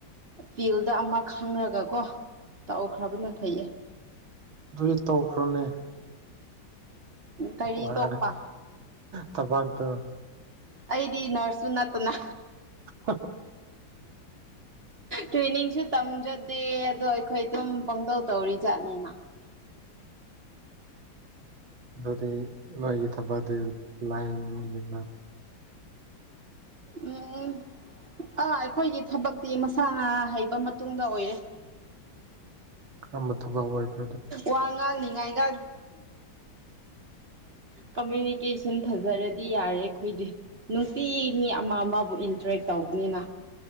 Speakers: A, on the right; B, on the right.
A: ꯐꯤꯜꯗ ꯑꯃ ꯈꯪꯔꯒꯀꯣ ꯇꯧꯈ꯭ꯔꯕꯅ ꯐꯩꯌꯦ
B: ꯑꯗꯨꯏ ꯇꯧꯈ꯭ꯔꯣꯅꯦ
A: ꯀꯔꯤ
B: ꯋꯥꯔ
A: ꯇꯣꯛꯄ
B: ꯊꯕꯥꯇꯣ
A: ꯑꯩꯗꯤ ꯅꯔꯁꯁꯨ ꯅꯠꯇꯅ
B: ꯑ <unintelligible> <inaudible>
A: ꯇ꯭ꯔꯦꯅꯤꯡꯁꯨ ꯇꯝꯖꯗꯦ ꯑꯗꯣ ꯑꯩꯈꯣꯏ ꯑꯗꯨꯝ ꯄꯪꯇꯧ ꯇꯧꯔꯤ ꯖꯥꯠꯅꯦꯃ
B: ꯑꯗꯨꯗꯤ ꯅꯣꯏꯒꯤ ꯊꯕꯗꯤ ꯂꯥꯏꯟ ꯌꯦꯕ
A: ꯎꯝ ꯑꯥ ꯑꯩꯈꯣꯏꯒꯤ ꯊꯕꯛꯇꯤ ꯃꯁꯥ ꯉ ꯍꯩꯕ ꯃꯇꯨꯡꯗ ꯑꯣꯏꯔꯦ
B: ꯀꯔꯝꯕ ꯊꯕꯛ ꯑꯣꯏꯕ
A: ꯋꯥ ꯉꯥꯡꯅꯤꯉꯥꯏꯒ ꯀꯃꯨꯅꯤꯀꯦꯁꯟ ꯐꯖꯔꯗꯤ ꯌꯥꯔꯦ ꯑꯩꯈꯣꯏꯗꯤ ꯅꯨꯡꯄꯤꯤ ꯃꯤ ꯑꯃ ꯑꯃꯕꯨ ꯏꯟꯇꯔꯦꯛ ꯇꯧꯕꯅꯤꯅ